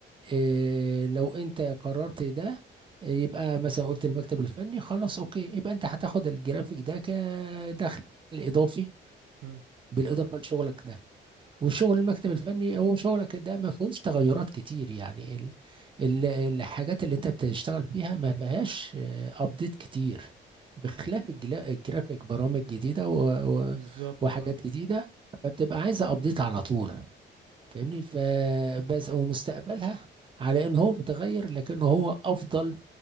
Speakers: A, on the right; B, on the right.
A: إيه لو انت قررت ده إيه، يبقى مثلا قلت المكتب الفني خلاص اوكي يبقى انت هتاخد الجرافيك ده كدخل اضافي
B: مم.
A: بالاضافه لشغلك ده وشغل المكتب الفني هو شغلك ده ما فيهوش تغيرات كتير يعني ال ال الحاجات اللي انت بتشتغل فيها ما فيهاش ابديت كتير بخلاف الجلا- الجرافيك برامج جديدة و
B: بالظبط
A: و وحاجات
B: اه
A: جديدة بتبقى عايزة ابديت على طول فاهمني فبس ومستقبلها على ان هو متغير لكنه هو افضل